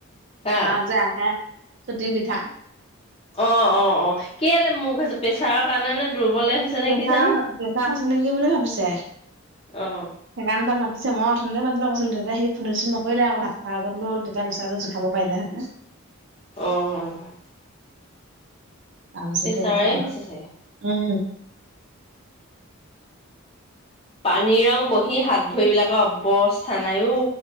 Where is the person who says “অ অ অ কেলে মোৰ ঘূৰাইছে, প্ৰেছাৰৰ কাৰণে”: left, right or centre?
Left